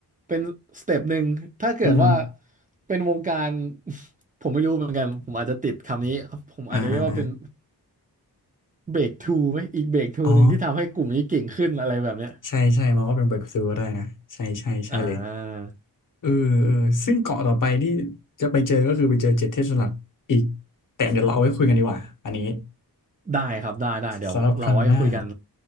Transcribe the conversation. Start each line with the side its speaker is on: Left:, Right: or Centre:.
Right: เป็นสเต็ปหนึ่งถ้าเกิดว่า
Left: อืมอฮึ
Right: เป็นวงการ <laughs> ผมไม่รู้เหมือนกันผมอาจจะติดคำนี้ผมอาจจะเรียกว่าเป็น
Left: อ่าอ่าอ่า
Right: เบรกทูไหมอีกเบรกทูหนึ่งที่ทำให้กลุ่มนี้เก่งขึ้นอะไรแบบเนี้ย
Left: อ๋อใช่ใช่มองว่าเป็น breakthrough ก็ได้นะใช่ใช่ใช่เลย
Right: อ่า
Left: เออเออซึ่งเกาะต่อไปที่จะไปเจอก็คือไปเจอเจ็ดเทศสลัดอีกแต่เดี๋ยวเราเอาไว้คุยกันดีกว่าอันนี้
Right: ได้ครับได้ได้เดี๋ยวเราไว้คุยกัน
Left: สำหรับครั้งหน้า